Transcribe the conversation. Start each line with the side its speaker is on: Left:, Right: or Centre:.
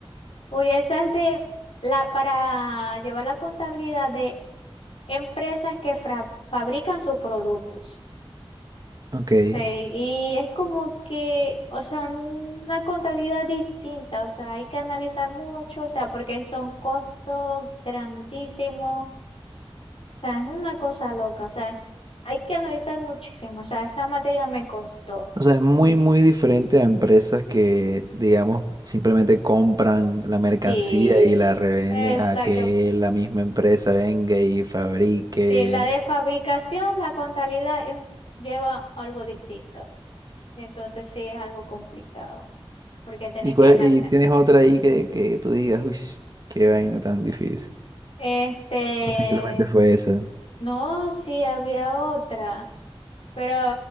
Left: Uy, esa es de la, para llevar la contabilidad de empresas que fra- fabrican sus productos.
Right: Ok.
Left: Sí, y es como que, o sea, una contabilidad distinta, o sea, hay que analizar mucho, o sea, porque son costos grandísimos, o sea, es una cosa loca, o sea, hay que analizar muchísimo, o sea, esa materia me costó.
Right: O sea, es muy, muy diferente a empresas que, digamos, simplemente compran la mercancía
Left: Sí,
Right: y la revenden
Left: exacto.
Right: a que la misma empresa venga y fabrique
Left: Sí, la de fabricación, la contabilidad es un- lleva algo distinto, entonces sí es algo complicado, porque tenéis
Right: ¿Y, cuál-
Left: que analizar.
Right: y tienes otra ahí que, que tú digas, uy, qué vaina tan difícil?
Left: Este,
Right: ¿O simplemente fue esa?
Left: no, sí, había otra, pero